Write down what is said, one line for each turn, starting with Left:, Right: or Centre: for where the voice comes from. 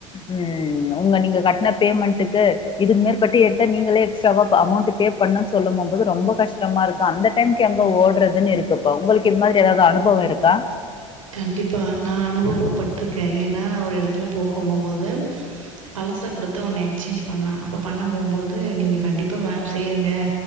Left: உம் உங்க நீங்க கட்டின பேமெண்ட்டுக்கு இதுக்கு மேற்பட்டு எடுத்து நீங்களே எக்ஸ்ட்ராவா அமௌண்ட்டு பே பண்ணும்ன்ன சொல்லும் போது ரொம்ப கஷ்டமா இருக்கும் அந்த டை்கக்கு எங்க ஓட்றதுன்னு இருக்கு ப்பா உங்களுக்கு இது மாரி ஏதாவது அனுபவம் இருக்கா
Right: கண்டிப்பா நான் அனுபவப்பட்டிருக்கே ஏன்னா நான் ஒரு எடத்துல போக போம்போது பழச கொடுத்த ஒண்ணு எக்ஸ்சேஞ்ச் பண்ண அப்ப பண்ண நீங்க மேம் சேருங்க